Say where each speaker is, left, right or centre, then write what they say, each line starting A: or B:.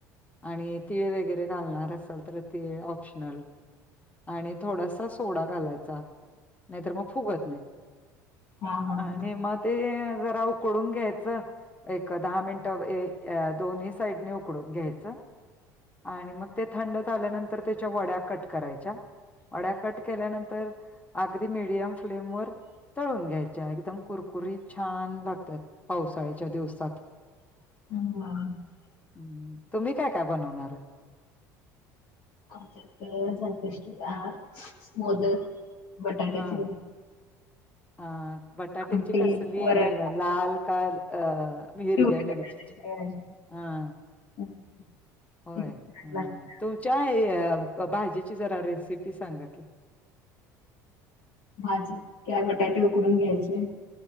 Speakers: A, on the left; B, on the left.
A: आणि तिळ वगैरे घालणार असाल तर तिळ ऑप्शनल आणि थोडासा सोडा घालायचा नाहीतर मग फुगत नाही
B: हा हा
A: आणि
B: हा
A: मग ते जरा उकडून घ्यायचं एक दहा मिनिटं दोनही साईडनी उकडून घ्यायचं आणि मग ते थंडत आल्यानंतर त्याच्या वड्या कट करायच्या अड्या कट केल्यानंतर अगदी मडियम फ्लेम वर तळून घ्यायच्या एकदम कुरकु ककुरी छान लागतात पावसाळ्याच्या दिवसात
B: ह
A: हम्म तुम्ही काय काय बनवणार आहे
B: आ जतेष्ट मोद बटाट्याची
A: हा अ बटाट्याची
B: आमटी,
A: कसली
B: वरण,
A: लाल काल अ मीर
B: पिवळ्या
A: व्या मरीचच
B: बटाट्याची भाजी.
A: हम
B: हं.
A: होय
B: ते किती छान
A: अ
B: लागते.
A: तूच्या भाजीची जरा रेसिपी सांगा की
B: भाजी क बटाटे उकडून घ्यायचे